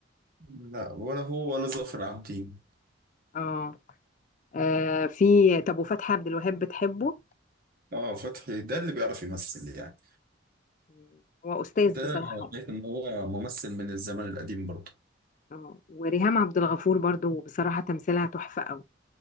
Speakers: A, on the right; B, on the left.
A: لا ولا هو ولا ظافر عابدين
B: اه آه، في طب وفتحي عبد الوهاب بتحبه
A: اه فتحي ده اللي بيعرف يمثل يعني
B: مم. هو استاذ
A: ده
B: بصراحه
A: أنا شايف ان هو ممثل من الزمن القديم برضه
B: اه وريهام عبد الغفور برضو بصراحه تمثيلها تحفه قوي